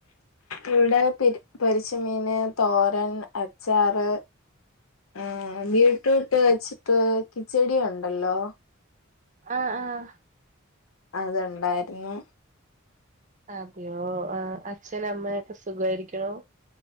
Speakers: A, on the left; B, on the right.
A: ഇവിടെരി പൊരിച്ച മീന് തോരൻ അച്ചാറ് ആഹ ബീറ്റ്റ്‌റൂട്ട് വെച്ചിട്ട് കിച്ചെടിയ ഉണ്ടല്ലോ
B: ആഹ ആഹ
A: അത്ണ്ടായിരുന്നു
B: അതെയോ ആ അച്ഛന അമ്മൊക്കെ സുഖമായിരിക്കണോ